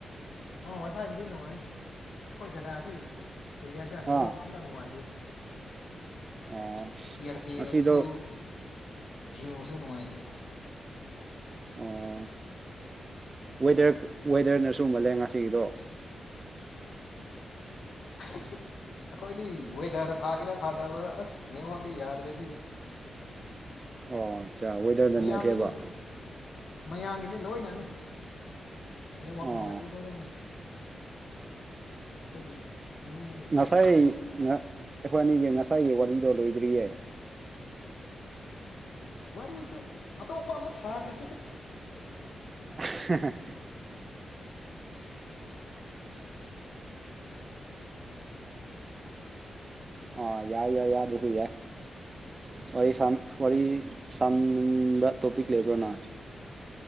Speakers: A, on the left; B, on the right.
A: ꯑꯥ ꯋꯥꯏꯐꯥꯏꯕꯨꯗꯤ ꯅꯨꯡꯉꯥꯏ ꯑꯈꯣꯏ ꯖꯒꯥꯁꯤ ꯀꯔꯤ ꯍꯥꯏꯁꯤꯔꯥ
B: ꯑꯥ
A: ꯅꯦꯋꯥꯛ ꯑꯝꯇ ꯅꯨꯡꯉꯥꯏꯇꯦ
B: ꯑꯣ
A: ꯏꯌꯥꯔꯇꯦꯜꯗꯁꯨ
B: ꯉꯁꯤꯗꯣ
A: ꯖꯤꯌꯣꯁꯨ ꯅꯨꯡꯉꯥꯏꯇꯦ
B: ꯑꯣ ꯋꯦꯗꯔ ꯋꯦꯗꯔꯅꯁꯨꯨ ꯃꯥꯜꯂꯦ ꯉꯁꯤꯒꯤꯗꯣ
A: ꯑꯩꯈꯣꯏꯗꯤ ꯋꯦꯗꯔ ꯐꯥꯒꯦꯔꯥ ꯐꯥꯗꯕ ꯑꯁ ꯅꯦꯛꯋꯥꯛꯇꯤ ꯌꯥꯗ꯭ꯔꯦ ꯁꯤꯗꯤ꯫
B: <unintelligible> ꯋꯦꯗꯔꯗ
A: ꯃꯌꯥꯝꯒꯤꯅꯦ
B: ꯅꯠꯇꯦꯕ
A: ꯃꯌꯥꯝꯒꯤꯅꯦ ꯂꯣꯏꯅꯅꯤ꯫ ꯅꯦꯠꯋꯥꯛ
B: ꯑꯣ
A: ꯅꯨꯡꯉꯥꯏꯇꯦ ꯑꯩꯈꯣꯏꯔꯣꯝꯗ ꯑꯗꯨꯒꯤ꯫ ꯃꯤ
B: ꯉꯁꯥꯏ
A: ꯑꯌꯥꯝꯕ
B: ꯑꯩꯈꯣꯏ ꯑꯅꯤꯒꯤ ꯉꯁꯥꯏꯒꯤ ꯋꯥꯔꯤꯗꯣ ꯂꯣꯏꯗ꯭ꯔꯤꯌꯦ꯫
A: ꯋꯥꯔꯤꯁꯦ ꯑꯇꯣꯞꯄ ꯑꯃꯨꯛ ꯁꯥꯈ꯭ꯔꯁꯤꯗ
B: ꯍꯥ ꯍꯥ ꯍꯥ ꯑ ꯌꯥ ꯌꯥ ꯌꯥꯕ <unintelligible> ꯌꯥ ꯋꯥꯔꯤ ꯋꯥꯔꯤ ꯁꯥꯥꯟꯅꯤꯡꯕ ꯇꯣꯄꯤꯛ ꯂꯩꯕ꯭ꯔꯥꯅ꯫